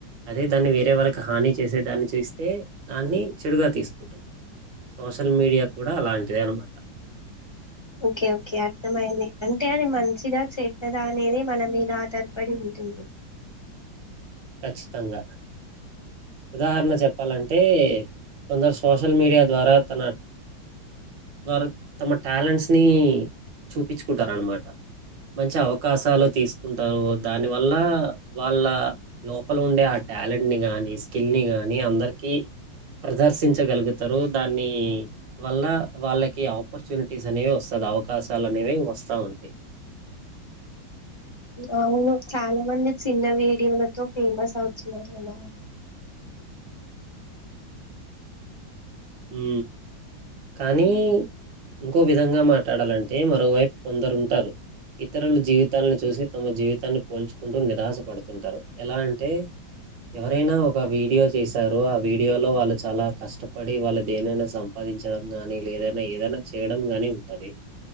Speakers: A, on the right; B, on the left.
A: అదే దాన్ని వేరే వాళకి హాని చేసే దాన్ని చేస్తే దాన్ని చెడుగా తీసుకుంటాం సోషల్ మీడియ కూడ అలాంటిదే అనమాట
B: ఓకే ఓకే అర్థమయింది అంటే అది మంచిదా చెడ్డదా అనేది మన మీద ఆధారపడి ఉం ది
A: కచ్చితంగ ఉదాహరణ చెప్పాలంటే కొందరు సోషల్ మీడియ ద్వారా తన వారు తమ టాలెంట్స్ ని చూపించుకుంటారనమాట మంచి అవకాశాలు తీసుకుంటారు దాని వల్ల వాళ్ళ లోపల ఉండే ఆ టాలెంట్ ని గానీ స్కిల్ ని గాని అందరికిీ ప్రదర్శించగలుగుతరు దాన్ని వల్ల వాళ్ళకి ఆపర్చునిటీస్ అనేవి వస్తా <unintelligible> అవకాశాలు అనేవి వస్తా ఉంటాయి
B: అవును చాల మంది చిన్న వీడియోలతో ఫేమస్ అవుతున్నారు అల
A: ఉ కానీ
B: హ్మ్.
A: ఇంకో విధంగ మాట్లాడాలం అంటే మరోవైపు కొందరుంటారు ఇతరుల జీవితాలను చూసి తమ జీవితాన్ని పోల్చుకుంటు <unintelligible> పడుతుంటారు ఎలా అంటే ఎవరైన ఒక వీడియో చేశారో ఆ వీడియోలో వాళ్ళు చాల కష్ట పడి వాళ్ళ దేనైన సంపాదించడం గానీ <unintelligible> ఏదైనా చేయడం గానీ ఉంటది